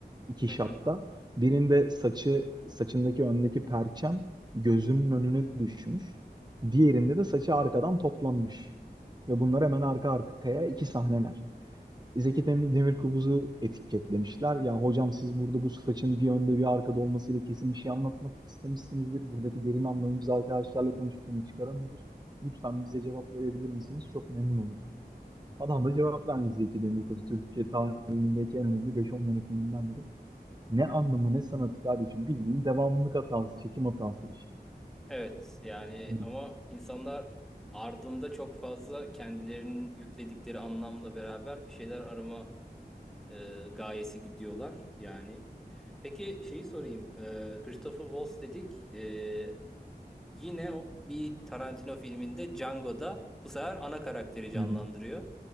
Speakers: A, on the right; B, in the centre.
A: iki
B: Hı
A: şatta.
B: hı.
A: Birinde saçı saçındaki öndeki perçem gözünün önüne düşmüş. Diğerinde de saçı arkadan toplanmış. Ve bunlar hemen arka arkaya iki sahneler. Zeki Dem- Demirkubuz'u etiketlemişler. Ya hocam siz burada bu saçın bir önde bir arkada olmasıyla kesin bir şey anlatmak istemişsinizdir. Buradaki derin anlamı biz arkadaşlarla konuştuk ama çıkaramıyoruz. Lütfen bize cevap verebilir misiniz? Çok memnun oluruz. Adam da cevap vermiş Zeki Demirkubuz. Türkiye tarihinin belki en önemli beş on yönetmeninden biri. Ne anlamı ne sanatı kardeşim bildiğin devamlılık hatası, çekim hatası işte.
B: Evet yani
A: Hani-
B: ama insanlar ardında çok fazla kendilerinin yükledikleri anlamla beraber bir şeyler arama e, gayesi gidiyorlar yani. Peki şeyi sorayım. E, Christopher Waltz dedik. E, yine o, bir Tarantino filminde Django'da bu sefer ana karakteri canlandırıyor.
A: Hı hı.